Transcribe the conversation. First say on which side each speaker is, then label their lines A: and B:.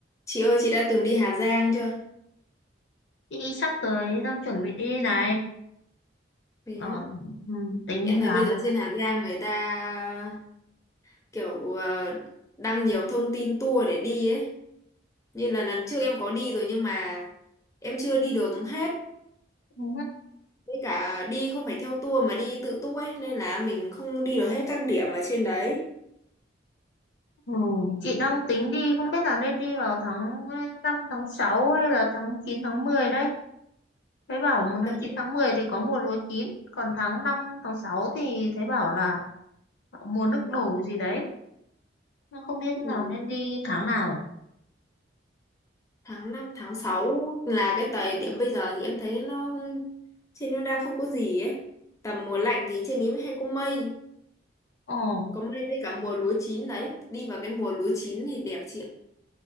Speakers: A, on the left (about 15°); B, on the left (about 70°).
A: Chị ơi, chị đã từng đi Hà Giang chưa?
B: Chị sắp tới đang chuẩn bị đi này.
A: Thế
B: Ờ,
A: á.
B: ừ, tính
A: em thấy
B: tháng.
A: bây giờ trên Hà Giang người ta kiểu ờ, đăng nhiều thông tin tour để đi ấy. Như là lần trước em có đi rồi nhưng mà em chưa đi được hết.
B: Ừ,
A: Với cả đi không phải theo tour mà đi tự túc ấy nên là mình không đi được hết các điểm ở trên đấy.
B: ừ, chị đang tính đi, không biết là nên đi vào tháng năm tháng sáu hay là tháng 9 tháng 10 đấy. Thấy bảo một
A: Đợt
B: tháng
A: em
B: 9 tháng 10 thì có mùa lúa chín, còn tháng năm tháng sáu thì thấy bảo là mùa nước đổ gì đấy. Nhưng Không biết là
A: ừ,
B: nên đi tháng nào.
A: tháng 5 tháng 6 là cái thời điểm bây giờ thì em thấy nó không- trên nó đang không có gì ấy. Tầm mùa lạnh thì trên ý mới hay có mây.
B: Ồ,
A: có may với cả mùa lúa chín đấy đi vào cái mùa lúa chín thì đẹp chị ạ